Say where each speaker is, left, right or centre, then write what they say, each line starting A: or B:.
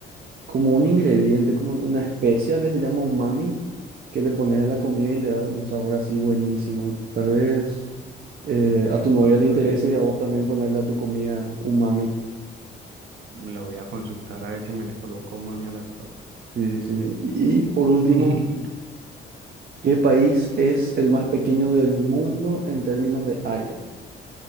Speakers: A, on the right; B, on the right.
A: como un ingrediente, como una especia que se llama umami, que le pones a la comida y le da un sabor así buenísimo. Tal vez eh,
B: Ve,
A: a tu novia
B: no sabía.
A: le interese y a vos también ponerle a tu comida umami.
B: La voy a consultar a ver si me le coloco umami a las papas.
A: Sí, sí. Y por último...
B: <laughs> El
A: ¿Qué país es el más pequeño del mundo en términos de área?